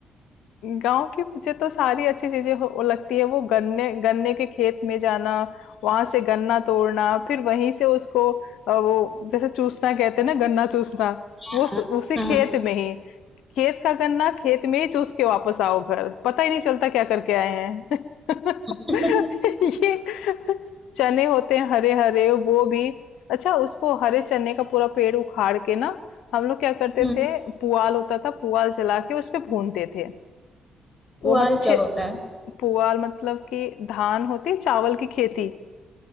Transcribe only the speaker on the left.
गांव की मुझे तो सारी अच्छी चीजें हो लगती है वो गन्ने गन्ने के खेत में जाना वहां से गन्ना तोड़ना फिर वहीं से उसको अ, वो जैसे चूसना कहते हैं ना गन्ना चूसना
वो उस- उसी
खेत
में ही खेत का गन्ना खेत में ही चूस के वापस आओ घर पता ही नहीं चलता क्या करके आए हैं <laughs>
ये चने होते हैं हरे हरे वो भी अच्छा उसको हरे चने का पूरा पेड़ उखाड़ के ना हम लोग क्या करते
थे पुआल होता था पुआल जला के उस पे भूनते थे
वो मत छे
पुआल मतलब कि धान होती है चावल की खेती